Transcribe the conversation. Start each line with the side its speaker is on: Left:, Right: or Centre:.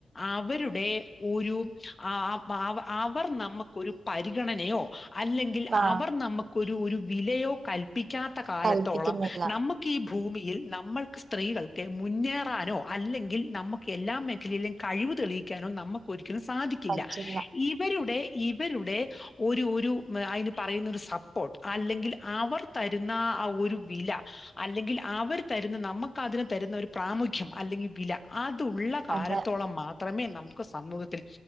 Left: അവരുടെ ഒരു അ വ അവ അവർ ന മുക്കൊരു പരിഗണനയോ അല്ലെങ്കിൽ
Right: ആ
Left: അവർ നമു ഒരു ഒരു വിലയോ കൽപ്പി ക്കാത്ത കാലത്തോളം
Right: കൽപ്പിക്കുന്നില്ല
Left: നമുക്ക് ഈ ഭൂമിയിൽ നമ്മൾക്ക് സ്ത്രീകൾക്ക് മുന്നേറാനോ അല്ലെങ്കിൽ നമുക്ക് എല്ലാ മേഖലയിലും കഴിവ് തെളിയിക്കാനോ നമുക്കൊരു സാധിക്കില്ല
Right: പറ്റില്ല
Left: ഇവരുടെ ഇവരുടെ ഒരു ഒരു അതിന് പറയുന്ന ഒരു സപ്പോർട്ട് അല്ലെങ്കിൽ അവർ തരുന്ന ആ ഒരു വില അല്ലെങ്കിൽ അവർ തരുന്ന നമുക്ക് അതിനു തരുന്ന ഒരു പ്രാമുഖ്യം അല്ലെങ്കിൽ വില അത് ത്ത് ഉള്ള കാലത്തോളം
Right: അതെ
Left: മാത്രമേ ന മുക്ക് സമൂഹത്തിൽ